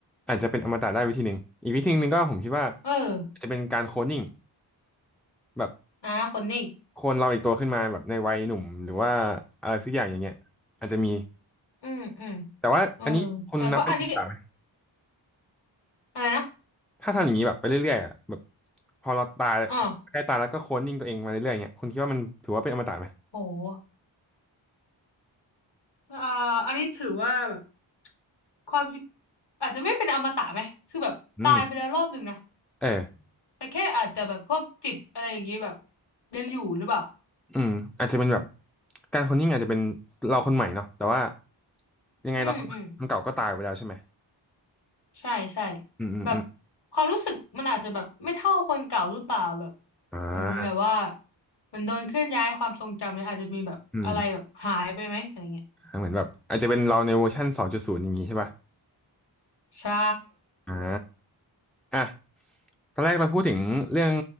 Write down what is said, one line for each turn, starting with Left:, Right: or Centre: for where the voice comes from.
Centre: อาจจะเป็นอมตะได้วิธีหนึ่งอีกวิธีหนึ่งก็ผมคิดว่า
Left: เออ
Centre: อาจจะเป็นการโคลนนิ่งแบบ
Left: อ่าคนนิ่ง
Centre: โคลนเราอีกตัวขึ้นมาแบบในวัยหนุ่มหรือว่าอะไรสักอย่างอย่างเงี้ยอาจจะมี
Left: อืมอืม
Centre: แต่ว่าอันนี้คุณนับเป็นอมตะไหม
Left: เออแต่ก็อันนี้อะไรนะ
Centre: ถ้าทำอย่างนี้แบบไปเรื่อยๆอะแบบพอเราตาย
Left: อ๋อ
Centre: ใกล้ตายแล้วก็โคลนนิ่งตัวเองมาเรื่อยๆเงี้ยคุณคิดว่ามันถือว่าเป็นอมตะไหม
Left: โหอ่าอันนี้ถือว่าแบบความคิดอาจจะไม่เป็นอมตะไหมคือแบบตายไปแล้วรอบหนึ่งนะ
Centre: อืมเออ
Left: แต่แค่อาจจะแบบพวกจิตอะไรอย่างงี้แบบยังอยู่หรือเปล่า
Centre: อืมอาจจะเป็นแบบการโคลนนิ่งอาจจะเป็นเราคนใหม่เนาะแต่ว่ายังไงเราคนคนเก่าก็ตายไปแล้วใช่ไหม
Left: อืมอืม ใช่ใช่
Centre: อืมอืมอืม
Left: แบบความรู้สึกมันอาจจะแบบไม่เท่าคนเก่าหรือเปล่าแบบ
Centre: อ่า
Left: เหมือนแบบว่าเหมันโดนเคลื่อนย้ายความทรงจำเนี่ยอาจจะมีแบบอะไรแบบหายไปไหมอะไรเงี้ย
Centre: อืมเหมือนแบบอาจจะเป็นเราในเวอร์ชันสองจุดศูนย์อย่างนี้ใช่ป่ะ
Left: ใช่
Centre: อ่าอ่ะ ตอนแรกเราพูดถึงเรื่อง